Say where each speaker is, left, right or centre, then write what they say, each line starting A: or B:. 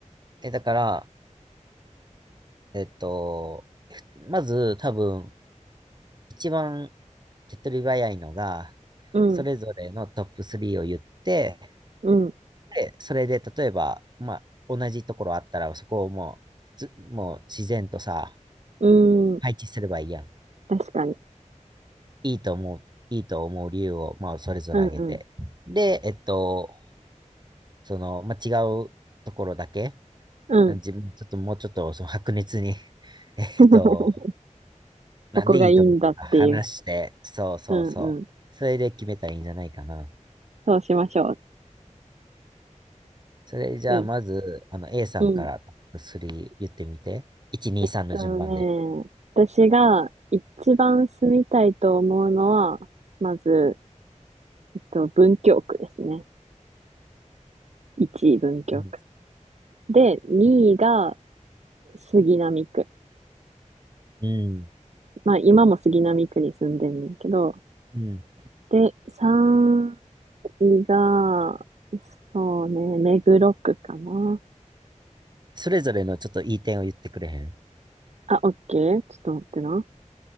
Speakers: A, on the right; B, on the right.
A: え、だから、えっと、まず多分、一番手っ取り早いのが、
B: うん、
A: それぞれのトップ3を言って、
B: うん、
A: で、それで例えば、まあ、同じところあったら、そこをもう、ず、もう自然とさ、
B: うーん。
A: 配置すればいいやん。
B: 確かに。
A: いいと思う、いいと思う理由を、まあ、それぞれ挙げて。
B: うん、う
A: で、えっと、その、まあ、違うところだけ、
B: ん、
A: 自分、
B: うん。
A: ちょっともうちょっと、その白熱に <laughs> えっと、
B: <laughs>
A: なんでいいと思うのか話して、
B: ここがいいんだっていう。
A: そうそうそう。
B: うんうん。
A: それで決めたらいいんじゃないかな。
B: そうしましょう。
A: それじゃあ、
B: うん。
A: まず、あの、A さんからトップ3言ってみて。
B: うん。
A: 1、2、
B: えっとね、
A: 3の順番で。
B: 私が一番住みたいと思うのは、まず、えっと、文京区ですね。1位文京区。
A: うん。
B: で、2位が杉並区。
A: うん。
B: まあ今も杉並区に住んでんねんけど、
A: うん
B: で、3位が、そうね、目黒区かな。
A: それぞれのちょっといい点を言ってくれへん。
B: あ、オッケー。ちょっと待ってな。